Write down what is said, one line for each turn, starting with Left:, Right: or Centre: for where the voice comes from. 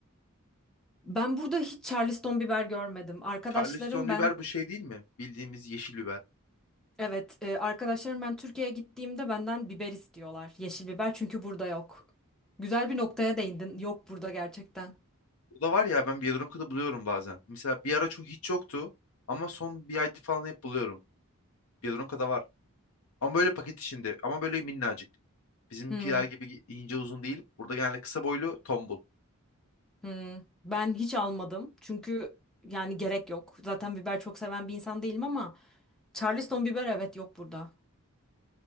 Centre: Ben burada hiç Charleston biber görmedim. Arkadaşlarım
Left: Charleston biber
Centre: ben
Left: bu şey değil mi? Bildiğimiz yeşil biber.
Centre: Evet, e, arkadaşlarım ben Türkiye'ye gittiğimde benden biber istiyorlar. Yeşil biber çünkü burada yok. Güzel bir noktaya değindin. Yok burada gerçekten.
Left: Bu da var ya ben Biyedonka'da buluyorum bazen. Mesela bir ara çok hiç yoktu ama son bir ayda falan hep buluyorum. Biyedonka'da var. Ama böyle paket içinde ama böyle minnacık. Bizimkiler
Centre: Hmm,
Left: gibi ince uzun değil. Burada genelde kısa boylu tombul.
Centre: hmm. Ben hiç almadım. Çünkü yani gerek yok. Zaten biber çok seven bir insan değilim ama Charleston biber evet yok burada.